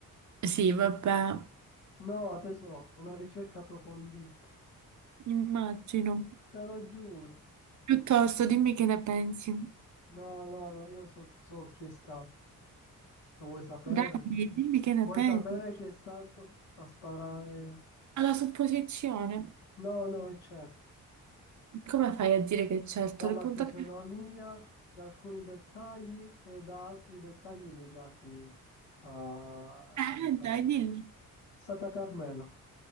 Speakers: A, on the right (about 50°); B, on the left (about 80°).
A: Sì, vabbè,
B: No, tesoro, una ricerca approfondita.
A: immagino.
B: Te lo giuro.
A: Piuttosto, dimmi che ne pensi.
B: No, no, no, io so, so chi è stato. Lo vuoi sapere?
A: Dai, dimmi che ne
B: Vuoi
A: pensi.
B: sapere chi è stato a sparare?
A: Alla supposizione,
B: No, no, è certo.
A: come fai a dire che certo
B: dalla
A: le puntate...
B: fisionomia, da alcuni dettagli e da altri dettagli legati a,
A: Eh,
B: a, diciamo,
A: dai, dillo.
B: Santa Carmela.